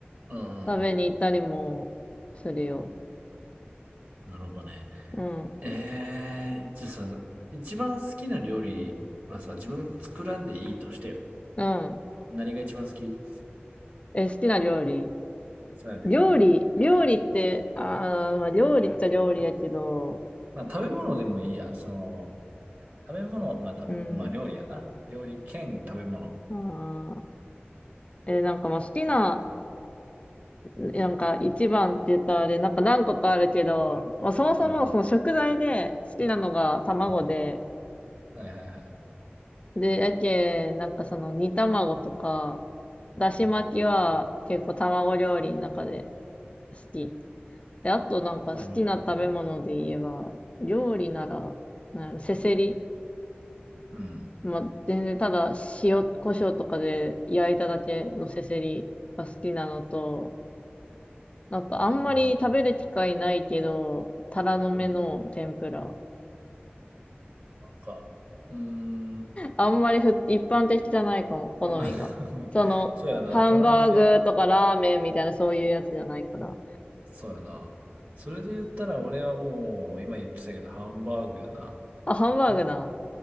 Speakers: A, on the right; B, on the left.
A: うんうん
B: 食べに行ったりもするよ。
A: うん。なるほどね。
B: うん。
A: えー、じゃあさ、一番好きな料理はさ、自分作らんでいいとしてよ。
B: うん。
A: 何が一番好き
B: え、好きな料理。
A: そうやね。
B: 料理、料理って、ああ、まあ料理っちゃ料理やけど、
A: まあ、食べ物でもいいや。その、食べ物、まあ食べ、
B: うん。
A: まあ料理やな。料理兼食べ物。
B: ああ、え、なんかまあ好きな、なんか一番って言ったらあれ、なんか何個かあるけど、まあ、そもそもその食材で好きなのが卵で、
A: うんうん。はいはいはい。
B: で、やけ、なんかその煮卵とか、だし巻きは結構卵料理の中で
A: おー
B: 好き。で、あとなんか好きな食べ物で言えば、
A: なるほどね。
B: 料理なら、なんやろせせり。
A: うん。
B: まあ、全然ただ塩、胡椒とかで焼いただけのせせりが好きなのと、なんかあんまり食べる機会ないけど、
A: なるほど
B: タラの芽の天ぷら。
A: うん。なんか、うーん。
B: あんまりふ、一般的じゃないかも、好みが。
A: <laughs>
B: その、
A: そうやな、
B: ハンバーグとかラーメンみたいなそういうやつじゃないから。
A: タラの芽。そうやな。それで言ったら俺はもう、今言ってたけど、ハンバーグやな。
B: あ、ハンバーグな。